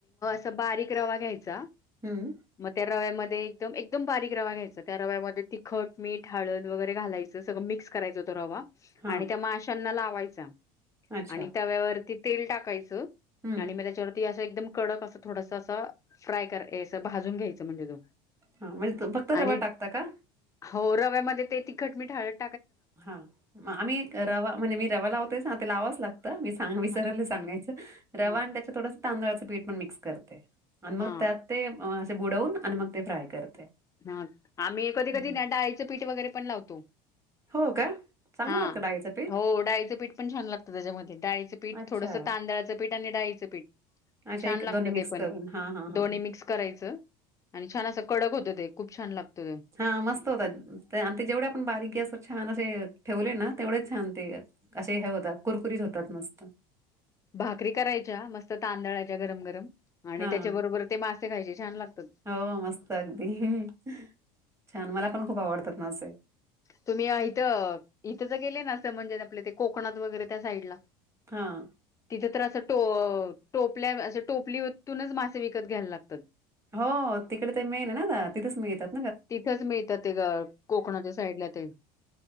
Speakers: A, on the left; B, on the right.
A: बक रवा घ्याय
B: हं
A: म त्या रव्या <unintelligible> म एकदम बारीक रवा्या घ्यायच त्या रव्यामध्ये तिखट मीठ हळद वगैरे घालायचं सगळं मिक्स कराय हो रवा
B: हां
A: आणि त्या माशांना लावायचा
B: अच्छा
A: आणि त्या ववरती तेल टाकायचं
B: हं
A: आणि म त्याच्यावरती अस एक कडक अस थोडस अस फ्राय करा भाजून घ्यायचं म्हणजे तो
B: हा म्हणजे त फक्त
A: आणि
B: रवा टाकता का
A: हो रव्यामध्ये ते तिखट मी हाळद
B: हा म आम्ही रवा म्हणजे मी रवा लावतेच ना ते लावाच लागतं मी सां विसरयले
A: हा
B: सांगायचं. रवा
A: हा
B: आणि त्याच्या थोडंस तांदळाचं पीठ पण मिक्स करते. आणि मग
A: हा
B: त्यात ते बुडवून आणि मग ते फ्राय करते.
A: हा आम्ही ए कधी
B: हं.
A: कधी ना डाळीचं पीठ वगैरे पण लावतो.
B: हो का. चांगलं
A: हा
B: लागतं डाळीचं पीठ?
A: हो डाळीचं पीठ पण छान लागतं त्याच्यामध्ये डाळीचं पीठ
B: अच्छा.
A: थोडस तांदळाचं पीठ त्यां डाईचं पिठ.
B: अच्छा
A: छान
B: एक
A: लागतं
B: दोन्ही मिक्स
A: ते पण
B: करून. हां, हां, हां,
A: दोन्ही मिक्स करायचं आणि छान असं कडक होतं ते. खूप छान लागतं ते.
B: हा मस्त होतात आणि ते जेवढे आपण बारीक गॅसवय छान असे ठेवले ना तेवढेच छान ते असे हे होतात कुरकुरीत होतात मस्त.
A: भाकरी करायच्या मस्त तांदळायच्या गरम गरम आणि
B: हां.
A: त्याच्या बरोबर ते मासे खायचे छान लागतात.
B: हो, मस्त अगदी. छान मला पण खूप आवडतात मासे.
A: तुम्ही इथं इथं ज गेले ना असं म्हणजे आपले ते कोकणात वगैरे त्या साईडला.
B: हां.
A: तिथं तर असं टो टोपल्या अस टोपलीतूनच मासे विकत घ्यायला लागतात.
B: हो तिकडे ते मेन ये ना ना तिथेच मीळतात.
A: तिथंच मिळतात ते ग कोकणाच्या साईडला ते.